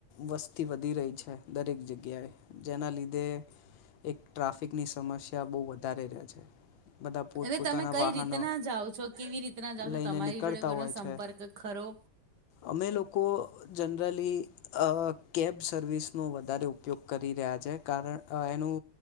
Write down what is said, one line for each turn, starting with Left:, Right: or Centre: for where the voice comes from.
Left: વસ્તી વધી રહી છે. દરેક જગ્યાએ જેના લીધે એક ટ્રાફિકની સમસ્યા બહુ વધારે રહે છે. બધા પોતપોતાના
Right: અરે તમે કઈ
Left: વાહનો
Right: રીતના જાઓ છો, કેવી રીતના જાઓ
Left: લઈને
Right: છો. તમારી
Left: નીકળતા
Right: જોડે કોઈનો
Left: હોય
Right: સંપર્ક
Left: છે
Right: કરો?
Left: અમે લોકો જનરલી અ કેબ સર્વિસનો વધારે ઉપયોગ કરી રહ્યા છે. કારણ એનું